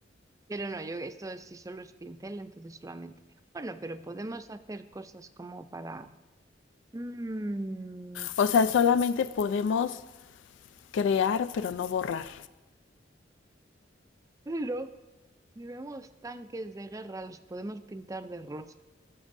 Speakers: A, on the right (about 20°); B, on the left (about 90°).
A: Pero no, yo esto sí solo es pincel, entonces solamente. Bueno, pero podemos hacer cosas como para... Mm,
B: O sea, solamente podemos crear pero no borrar.
A: pero si vemos tanques de guerra, los podemos pintar de rosa.